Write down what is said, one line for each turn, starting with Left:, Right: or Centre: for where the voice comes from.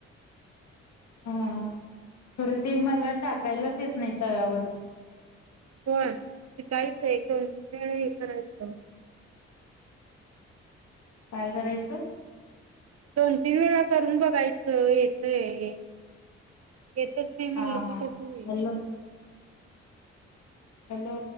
Left: हां तरी ते मला टाकायलाच येत नाही, तव्यावर.
Right: होय शिकाळीचं आहे, एक दोन ते <unintelligible> एक करायचं
Left: काय करायचं?
Right: दोन तीन वेळा करून बघायचं, येतयं. येतच नाही म्हणलं
Left: हा
Right: तर,
Left: हा
Right: कसं होईल?
Left: Hello hello